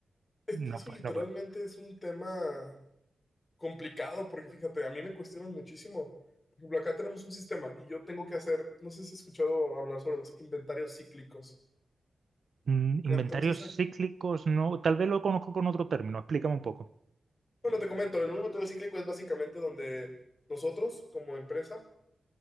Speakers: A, on the left (about 20°); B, on the right (about 50°).
A: es
B: no,
A: que eso
B: pu-
A: literalmente
B: no puede.
A: es un tema complicado, porque fíjate, a mí me cuestionan muchísimo. Por ejemplo, acá tenemos un sistema y yo tengo que hacer, no sé si has escuchado hablar sobre los inventarios cíclicos.
B: Mm,
A: Entonces,
B: Inventarios cíclicos, no, tal vez lo conozco con otro término, explícame un poco.
A: Bueno, te comento, el número de cíclico es básicamente donde nosotros, como empresa,